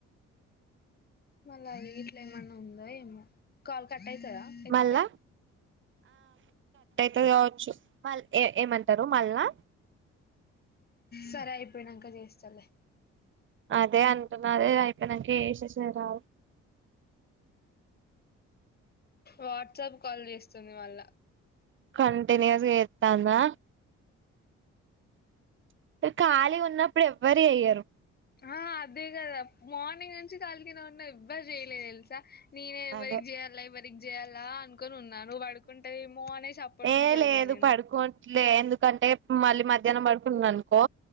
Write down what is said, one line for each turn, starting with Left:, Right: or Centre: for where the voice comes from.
Left: మళ్ళ గిట్ల ఏమన్నా ఉందో ఏమో కాల్ కట్ అయితదా ఎత్తితే
Right: మళ్ళా తే గావచ్చు ఏ ఏమంటారు మళ్ళా
Left: సరే అపోయినంక చేస్తాలే
Right: అదే అంటున్నారు అయిపోయినంక ఏసేసే రా
Left: వాట్సాప్ కాల్ చేస్తుంది మళ్ళ
Right: కంటిన్యుయస్ గా చేత్తా ఉందా ఖాళీ ఉన్నప్పుడు ఎవ్వరు చెయ్యరు
Left: ఆ అదే కదా మార్నింగ్ నుంచి ఖాళీగానే ఉన్నా ఎవ్వరు చేయలే తెలుసా నేనే ఎవ్వరికి
Right: అదే
Left: చేయాలా ఎవరికి చేయాలా అను కోని ఉన్నా నువ్వు పడుకుంటవేమో అనేసి అప్పటి
Right: ఏ
Left: నుంచి చెయ్యలే
Right: లేదు
Left: నేను
Right: పడుకోవట్లే ఎందుకంటే మళ్ళీ మధ్యానం పడుకుంది అనుకో